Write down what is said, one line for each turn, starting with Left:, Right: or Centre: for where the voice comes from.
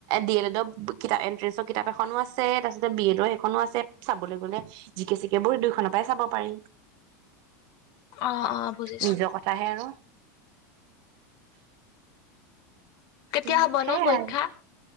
Right: ডি এল এডৰ কিতাপ এ কিতাপ এখনো আছে, তাৰপিছ বি এডো <unintelligible> আছে চাবলৈ গ'লে জিকে চিকে, বোৰ দুইোনৰ পৰাই চাব পাৰি।
Left: অ, অ, বুজিছো।
Right: নিজৰ কথাহে আৰু
Left: কেতিয়া
Right: উম,
Left: হ'ব
Right: সেয়াই
Left: নো পৰীক্ষা?
Right: আৰু।